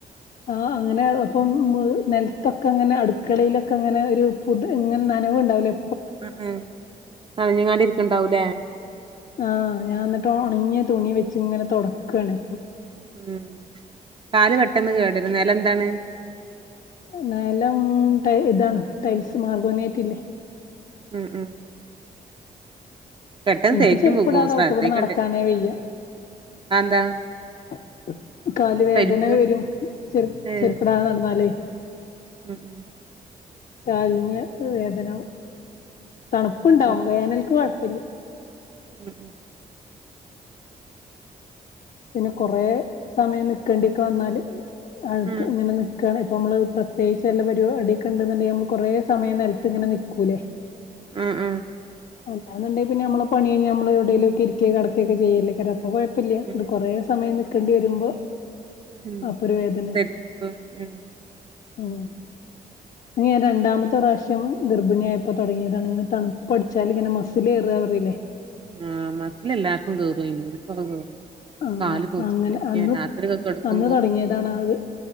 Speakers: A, on the left; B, on the right.
A: ആ അങ്ങനെ ഓ ഇപ്പം മ് നെൽത്തൊക്കെ ങ്ങനെ അടുക്കളേലൊക്കെ ങ്ങനെ ഒരു പുത് ഇങ്ങൻനനവ്ണ്ടാവ് ലേ
B: ആ ആ <unintelligible> ണ്ടിരിക്കണ്ടാവൂലേ
A: ആ ഞാന്നിട്ട് ഒണങ്ങിയ തുണി വെച്ചിങ്ങനെ തൊടക്കാണ്
B: ഉം കാല് പെട്ടെന്ന് കേടരും നെലന്താണ്?
A: നെലം ടൈ ഇതാണ് ടൈൽസ് മാർബോണേറ്റില്ലേ
B: ഉം ഉം പെട്ടെന്ന്
A: ഇൻക്ക്
B: തേക്കും
A: ചെരിപ്പ്ടാതെ
B: പോകും ശ്രദ്ധിക്കണ്ട്
A: അകത്തുകൂടെ നടക്കാനേ വെയ്യ
B: അതെന്താ
A: <unintelligible> കാല് വേദന
B: പരിപ്പും
A: വെരും ചെരു
B: ഏ
A: ചെരുപ്പ്ടാതെ നടന്നാല്
B: ഉം ഉം
A: കാലിന് വേദനാവും തണുപ്പ്ണ്ടാവും
B: അത് ശരി
A: വേനൽക്ക് കൊഴപ്പല്ല്യ
B: ഉം
A: പിന്നെ കൊറേ സമയം നിക്കേണ്ടിക്കെ വന്നാല് അഴ്ക്ക്
B: ഉം
A: ഇങ്ങനെ നിക്കാണ് പ്പൊമ്മ്ള് പ്രത്യേകിച്ച് വല്ല പരിപാടീക്കെണ്ട്ന്നുണ്ടെങ്കി നമ്മ കൊറേ സമയം നെൽത്ത് ഇങ്ങനെ നിക്കൂലേ
B: ഉം ഉം
A: അല്ലാന്നൊണ്ടേ പിന്നെ മ്മള പണീ ഞമ്മള് എവിടേലൊക്കെ ഇരിക്കേം കെടക്കേക്കൊ ചെയ്യല്ലയ്ക്കാരം അപ്പം കൊഴപ്പല്ല ഇത്
B: ഉം ഉം
A: കൊറേ സമയം നിക്കണ്ടി വരുമ്പോ
B: ഉം
A: അപ്പൊരു വേദന
B: പരിപ്പ് ഉം
A: ഉം ത് ഞാൻ രണ്ടാമത്തെ പ്രാശ്യം ഗർഭിണിആയപ്പോ തൊടങ്ങിയതാണ് ഇങ്ങനെ തണുപ്പടിച്ചാല് ഇങ്ങനെ മസ്സില് കേറാന്ന് പറയില്ലേ
B: ആ മസ്സ്ല് എല്ലാർക്കും കേറും ഇൻക്കൊക്കെ കേറും
A: അങ്ങ്
B: കാല് കൊഴിച്ച്
A: അങ്ങനെ
B: പിടിക്ക
A: അന്ന്
B: രാത്രിയൊക്കെ കെടക്കുമ്പോക്കെ
A: അന്ന് തൊടങ്ങിയതാണത്